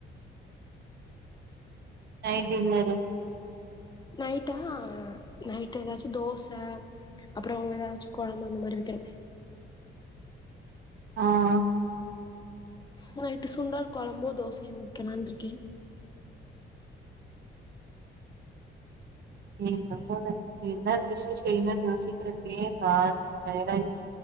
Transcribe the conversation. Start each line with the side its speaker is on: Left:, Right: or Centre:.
Right: என்னது
Left: நைட்டா நைட் ஏதாச்சும் தோசை அப்புறம் ஏதாச்சுகுழம்பு அந்த மாதிரி வைக்கணும்
Right: ஆஹ்
Left: நைட்டு சுண்டால் குழம்பு தோசையும் உத்தாலாம் இருக்கேன்
Right: என் ந என்ன விசஷ என்ன யோசிக்கிறப்பே பாதி வேலை